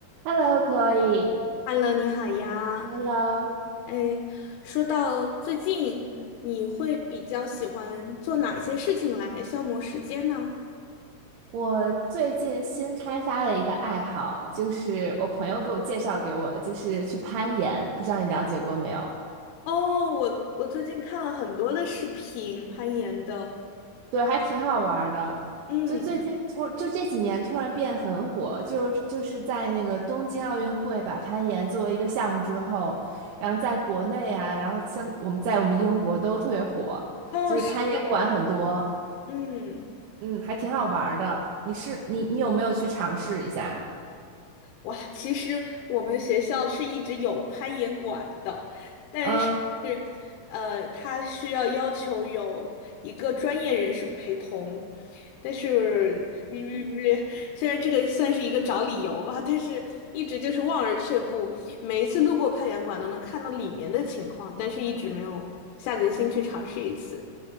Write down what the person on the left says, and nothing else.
Hello，你好呀。
哎，说到最近，你会比较喜欢做哪一些事情来消磨时间呢？
哦，我我最近看了很多的视频，攀岩的。
嗯，
哦，
是的，嗯。
哇，其实我们学校是一直有攀岩馆的，但是，
呃，它需要要求有一个专业人士陪同，但是，嗯虽然这个算是一个找理由吧，但是一直就是望而却步。每一次路过攀岩馆都能看到里面的情况，但是一直没有下决心去尝试一次。